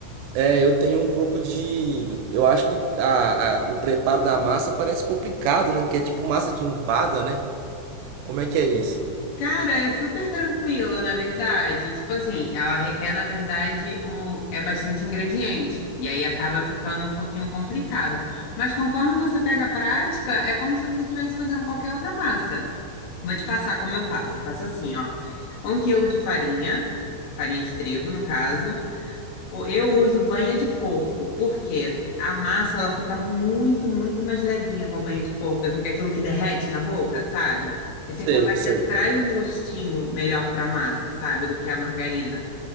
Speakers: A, on the right (about 80°); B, on the left (about 65°).
A: é, eu tenho um pouco de. Eu acho que a, a- o preparo da massa parece complicado, né? Porque é tipo massa de empada, né? Como é que é isso?
B: Cara, é super tranquila, na verdade. Tipo assim, ela requer, na verdade, um, é bastante ingrediente. E aí acaba ficando um pouquinho complicado. Mas conforme você pega a prática, é como se você estivesse fazendo qualquer outra massa. Vou te passar como eu faço. Eu faço assim, ó. Um quilo de farinha, farinha de trigo, no caso. O- Eu uso banha de porco, porque a massa ela fica muito, muito mais levinha com a banha de porco. Fica aquilo que derrete na boca, sabe? E sem
A: Sei,
B: contar
A: sei.
B: que traz um gostinho melhor para a massa, sabe? Do que a margarina.